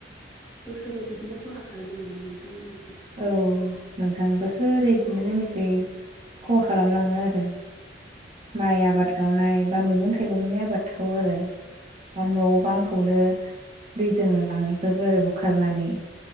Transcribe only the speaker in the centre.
बोसोरै बिदिनो खहा खालामो नामा नोंथांमोननि?
औ